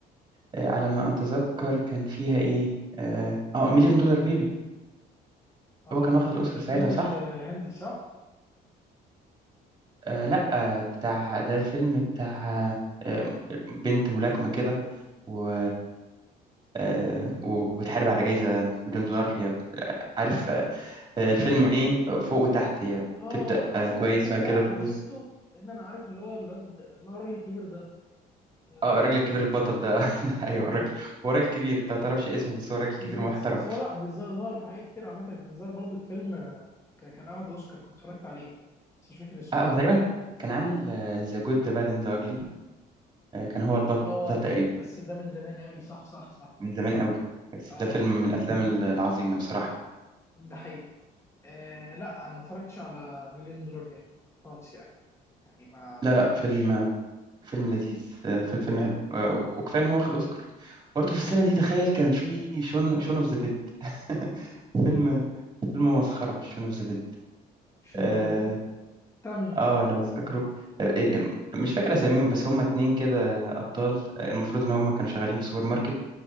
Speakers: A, on the right (about 25°); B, on the left (about 15°).
A: آه، على ما اتذكر كان فيها ايه اه آه، مليون دولار بيبي
B: اه
A: هو كان واخد الاوسكار
B: الفيلم
A: ساعتها صح
B: الهندي صح؟
A: آه لا آه بتاع ده الفيلم بتاع آه بنت ملاكمة كده و آه وبتحارب على جايزة مليون دولار هي عارف آه الفيلم ايه فوق وتحت هي
B: اه
A: بتبدأ
B: تصدق
A: آه كويس
B: الفيلم
A: وبعد
B: ده
A: كده بتبوظ
B: انا شفته لان انا عارف اللي هو الواد اللي هو الراجل الكبير ده. اه,
A: اه الراجل الكبير البطل ده <laughs>
B: آه
A: ايوه الراجل هو راجل كبير انت ما تعرفش اسمه بس هو راجل
B: بالظبط
A: كبير محترم
B: بس هو لا بيظ- ظهر في حاجات كتير عامة كان ظهر برضو في فيلم آه، ك- كان اخد اوسكار كنت اتفرجت عليه بس مش فاكر اسمه.
A: اه هو تقريبا كان عامل ذا جود ذا باد اند ذا اجلي كان هو البطل
B: اه
A: تقريبا
B: بس ده من زمان قوي صح صح صح
A: من زمان
B: ده صح.
A: قوي بس
B: اه
A: ده فيلم من الافلام ال- العظيمه بصراحه
B: ده حقيقي آه لا انا ما اتفرجتش على مليون دولار جيل خالص يعني يعني ما ما
A: لا
B: شفتهاش
A: لا فيلم فيلم لذيذ آه، فيلم فيلم حلو آه، وكفايه ان هو واخد اوسكار برضه في السنه دي تخيل كان في شون شون اوف ذا ديد <laughs> فيلم فيلم مسخره شون اوف ذا ديد
B: شنو
A: آه،
B: اوف ذا ديد بتاع مين
A: اه لو فاكره آه، آه، آه، مش فاكر اساميهم بس هما اتنين كده ابطال آه، المفروض ان هما كانوا شغالين في سوبر ماركت